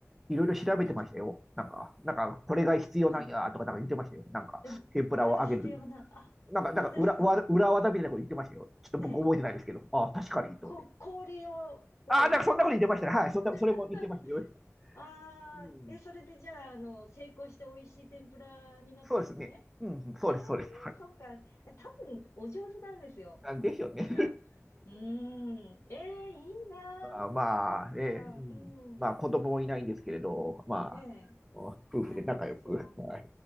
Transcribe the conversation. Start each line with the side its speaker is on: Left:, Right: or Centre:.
Centre: いろいろ調べてましたよ。
Left: ちょっと、
Centre: なんか、なんか、これが必要なんやとか、
Left: はい
Centre: なんか言ってましたよ。なんか、
Left: うん。
Centre: 天ぷらを揚げるとき。
Left: これが必要な、あ、
Centre: なんか、なんか裏、
Left: そうですか。
Centre: わ裏技みたいなこと言ってましたよ。ちょっと僕覚えてないですけど。
Left: ええ。
Centre: ああ、確かに、と思って。
Left: こ、氷を、
Centre: ああ、
Left: こう、
Centre: なんかそんなこと言ってましたね。はい、そんな、それも言ってましたよ。
Left: <laughs> ああ、
Centre: うん、
Left: え、それでじゃあ、あの、成功して美味しい天ぷらになったんですね。
Centre: そうですね。うん、そうです、
Left: ええ、
Centre: そうです。はい
Left: そっか。え多分、お上手なんですよ。
Centre: ですよね。
Left: 奥さん。うーん。ええ、いいなー。
Centre: まあ、まあね、
Left: そっか。うん。
Centre: まあ子供もいないんですけれど、まあ、
Left: ええ。
Centre: 夫婦で仲良く。
Left: いや、いいですよ。
Centre: はい